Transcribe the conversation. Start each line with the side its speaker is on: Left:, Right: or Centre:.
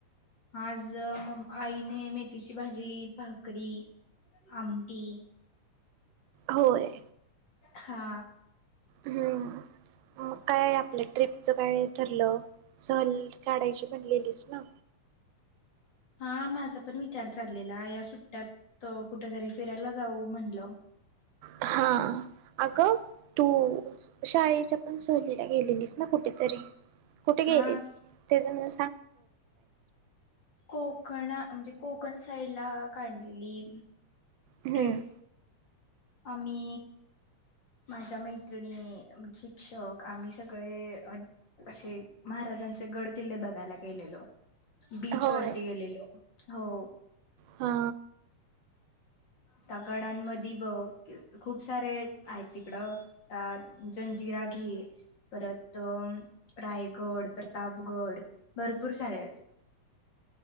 Left: आज म आईने मेथीची भाजी, भाकरी, आमटी
Right: होय.
Left: हा.
Right: हूं मग काय आप पल्या ट्रीपचं काय ठरलं? सहल काढायची म्हणलेलीस ना?
Left: हा माझा पण विचार चाललेला या सुट्ट्यात कुठ तरी फिरायला जाऊ म्हणलं
Right: हा अगं तू शाळेच्या पण सहलीला गेलेलीस ना कुठेतरी? कुठे
Left: हा
Right: गेलेली त्याज <unintelligible> न
Left: कोकणा म्हणजे कोकण साईड ला काढलेली.
Right: हम्म
Left: ट्रिप आम्ही माझ्या मैत्रिणी, शिक्षक, आम्ही सगळे अ असे महाराजांचे गड किल्ले बघायला गेलेलो. बीच
Right: होय
Left: वरती गेलेलो हो
Right: हा
Left: त्या गडांमध्ये बग खूप सारे आहेत, तिकडं ता, जंजिरा, घे परत रायगड, प्रतापगड भरपूर सारे आहेत.